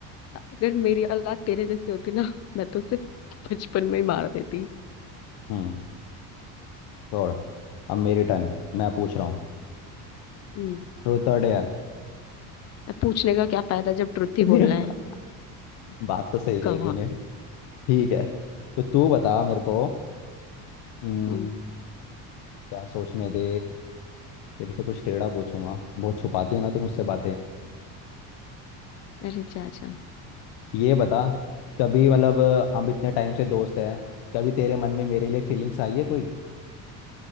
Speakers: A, on the left (about 40°); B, on the left (about 70°).
A: अगर मेरी औलाद तेरे जैसी होती ना मैं तो उसे बचपन में ही मार देती
B: हम्म छोड़ अब मेरी टर्न मैं पूछ रहा हूँ
A: हम्म
B: ट्रूथ और डेयर
A: अब पूछने का क्या फायदा जब ट्रुथ ही
B: <laughs>
A: बोलना है
B: बात तो सही कही
A: गवाह
B: तूने ठीक है तो तू बता मेरे को हम्म,
A: हम्म,
B: क्या सोचने दे तेरे से कुछ टेढ़ा पूछूंगा बहुत छुपाती है ना तू मुझसे बातें
A: अरे चाचा
B: ये बता कभी मतलब अ, हम इतने टाइम से दोस्त हैं कभी तेरे मन में मेरे लिए फीलिंग्स आई है कोई